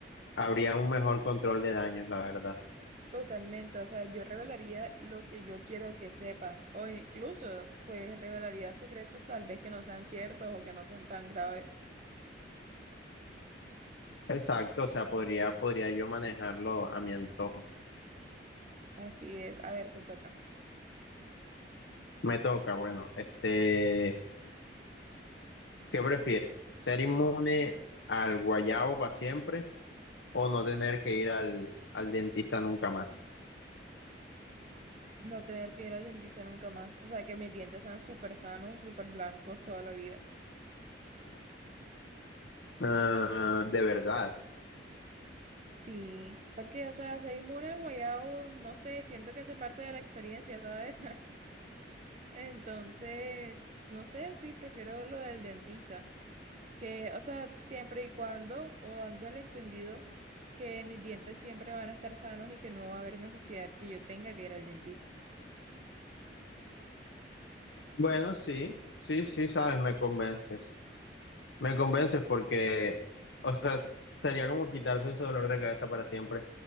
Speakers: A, on the left; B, on the right.
A: habría un mejor control de daños, la verdad.
B: Totalmente, o sea, yo revelaría lo que yo quiero que sepan, o incluso, pues, revelaría secretos tal vez que no sean ciertos o que no sean tan graves.
A: Exacto, o sea, podría, podría yo manejarlo a mi antojo.
B: Así es, a ver, te toca.
A: Me toca, bueno, este, ¿qué prefieres? ¿Ser inmune al guayabo para siempre o no tener que ir al, al dentista nunca más?
B: No tener que ir al dentista nunca más, o sea, que mis dientes sean súper sanos, súper blancos toda la vida.
A: Ah, de verdad.
B: Sí, porque, o sea, ser inmune al guayabo, no sé, siento que hace parte de la experiencia, ¿sabes? <laughs> Entonces, no sé, sí, prefiero lo del dentista. que, o sea, siempre y cuando, o dando el entendido que mis dientes siempre van a estar sanos y que no va a haber necesidad que yo tenga que ir al dentista.
A: Bueno, sí, sí, sí, sabes, me convences. Me convences porque, o sea, sería como quitarse ese dolor de cabeza para siempre